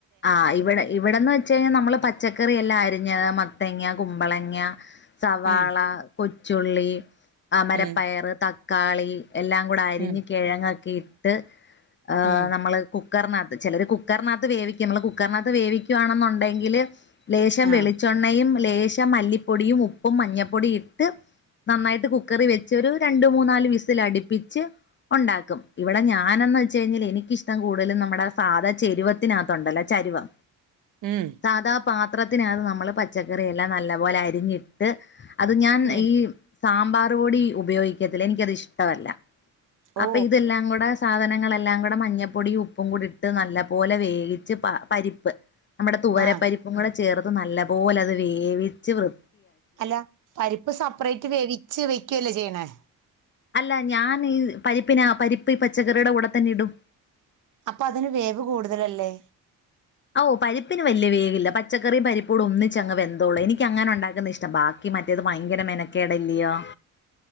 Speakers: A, on the left; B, on the right.
A: ആഹ് ഇവിടെ ഇവിടെന്ന് വെ ച്ചയ്ഞ്ഞാ നമ്മള് പച്ചക്കറിയെല്ലാം അരിഞ്ഞ് മത്തങ്ങ്യ കുമ്പളങ്ങ്യ സവാള.
B: ഉം
A: കൊച്ചുള്ളി അമരപ്പയറ്
B: ഉം
A: തക്കാളി എല്ലാം. കൂട അരിഞ്ഞ്
B: ഉം
A: കിഴങ്ങൊക്കെ ഇട്ട് ഏഹ്
B: ഉം
A: നമ്മള്. കുക്കർനാത്ത് ചെലര് കുക്കർനാത്ത് വേവിക്ക്യും മ്മള് കുക്കർനാത്ത് വേവിക്കുവാണെന്നൊണ്ടെങ്കില്. ലേശം
B: ആ
A: വെളിച്ചൊണ്ണയും ലേശം മല്ലിപ്പൊടിയും ഉപ്പും മഞ്ഞപ്പൊടിയു ഇട്ട്. നന്നായിട്ട് കുക്കറീ വെച്ച് ഒരു രണ്ട് മൂന്നാല് വിസിലടിപ്പിച്ച്. ഒണ്ടാക്കും ഇവിടെ ഞാനെന്ന് വെച്ചയ്ഞ്ഞാലെനിക്കിഷ്ടം കൂട്തലും നമ്മടെ സാധാ ചെരുവത്തിനാ തൊണ്ടല്ലൊ ചരുവം.
B: ഉം.
A: സാധാ പാത്രത്തിനകത് നമ്മള് പച്ചക്കറിയെല്ലാം നല്ല പോലെ അരിഞ്ഞിട്ട്. അത് ഞാൻ
B: ഉം
A: ഈ സാമ്പാറ്പൊടി ഉപയോഗിക്ക്യത്തില്ല എനിക്കതിഷ്ടവല്ല.
B: ഓ
A: അപ്പ ഇതെല്ലാം കൂടെ സാധനങ്ങളെല്ലാം കൂടെ മഞ്ഞപ്പൊടിയും ഉപ്പും കൂടിട്ട് നല്ലപോലെ വേവി ച്ച് പ പരിപ്പ് നമ്മടെ തുവരപ്പരിപ്പും
B: ആ
A: കൂടെ ചേർത്ത് നല്ല പോലത് വേവിച്ച് വൃ
B: അല്ല പരിപ്പ് സപ്പ്റേറ്റ് വേവിച്ച് വെക്ക്യല്ലേ ചെയ്യണേ
A: അല്ല ഞാൻ ഈ പരിപ്പിനാ പരിപ്പ് ഈ പച്ചക്കറിയുടെ കൂടെ തന്നെ ഇടും
B: അപ്പൊ അതിന് വേവ് കൂടുതലല്ലേ
A: ഓ പരിപ്പിന് വല്യ വേവില്ല പച്ചക്കറിയും പരിപ്പൂട ഒന്നിച്ച് അങ്ങ് വെന്തോളും എനിക്ക് അങ്ങനെ ഉണ്ടാക്കുന്നയാ ഇഷ്ടം ബാക്കി മറ്റേത് ഭയങ്കര മെനക്കേട് അല്ല്യോ